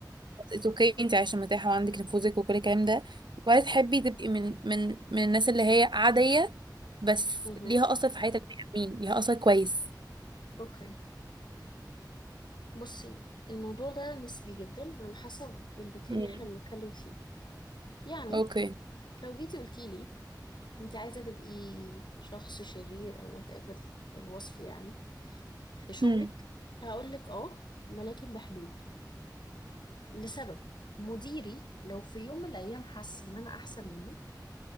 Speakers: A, on the right; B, on the left.
A: اتس اوكي انت عايشه مرتاحه وعندك نفوذك وكل الكلام ده وعايز تحبي تبقي من من من الناس اللي هي عاديه بس
B: اها
A: ليها اثر في حياتك بني آدمين ليها اثر كويس
B: اوكي بصي الموضوع ده نسبي جدا على حسب المكان
A: امم
B: اللي احنا بنتكلم فيه يعني
A: اوكي
B: لو جيتي قلتي لي انت عايزه تبقي شخص شرير او وات ايفر الوصف يعني في شغلك
A: امم
B: هقول لك اه ولكن بحدود لسبب مديري لو في يوم من الأيام حس إن أنا أحسن منه